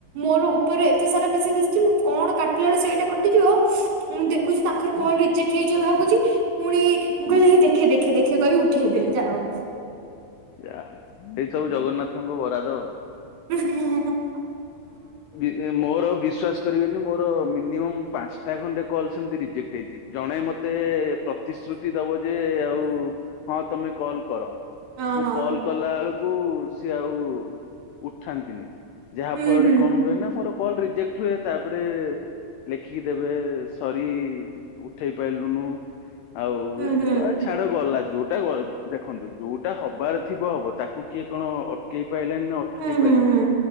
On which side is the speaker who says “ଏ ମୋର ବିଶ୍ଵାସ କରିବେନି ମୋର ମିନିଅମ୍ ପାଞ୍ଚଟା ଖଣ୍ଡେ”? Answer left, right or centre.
Left